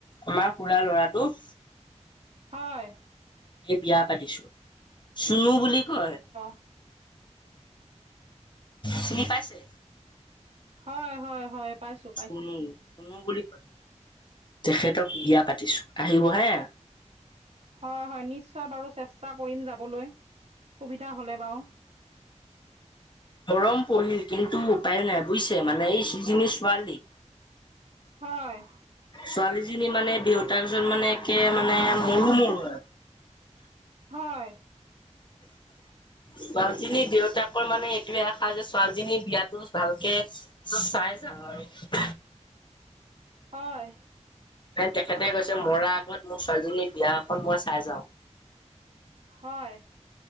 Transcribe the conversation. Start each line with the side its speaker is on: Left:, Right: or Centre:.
Left: আমাৰ খুৰা লৰাটো-
Right: হয়।
Left: এই বিয়া পাতিছো চুনু বুলি কয়।
Right: অ
Left: চিনি পাইছে?
Right: হয় হয় হয় পাইছো।
Left: চুনো চুনো বুলি কয় তেখেতক বিয়া পাতিছো আহিব হে।
Right: হয় হয় নিশ্চয় বাৰু চেষ্টা কৰিম যাবলৈ সুবিধা হ'লে বাওঁ।
Left: সৰম পৰিল কিন্তু উপায়ো নাই বুজিছে মানে এই যিজনী ছোৱালী।
Right: হয়।
Left: ছোৱালীজনী মানে দেউতাক জন মানে একে মানে মৰো মৰোৱে।
Right: হয়।
Left: ছোৱালীজনীৰ দেউতাকৰ মানে এইটোয়ে আশা যে ছোৱালীজনীৰ বিয়াটো ভালকে- টো চাই যায় আৰু।
Right: হয়।
Left: তেখেতে কৈছে মৰা আগত মোৰ ছোৱালীজনীৰ বিয়া এখন মই চাই যাওঁ।
Right: হয়।